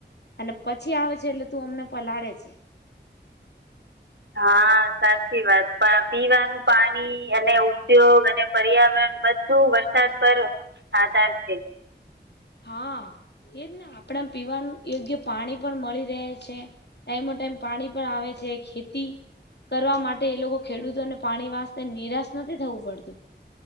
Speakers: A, on the left; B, on the right.
A: અને પછી આવે છે એટલે તું અમને પલાળે છે.
B: હા સાચી વાત પીવાનું પાણી અને ઉદ્યોગ અને પર્યાવરણ. બધું વરસાદ પર આધાર છે.
A: હા એજ ને આપણે પીવાનું યોગ્ય પાણી પણ મળી રહે છે. ટાઈમો ટાઈમ પાણી પણ આવે છે, ખેતી કરવા માટે એ લોકો ખેડૂતોને પાણી વાસ નિરાશ નથી થવું પડતું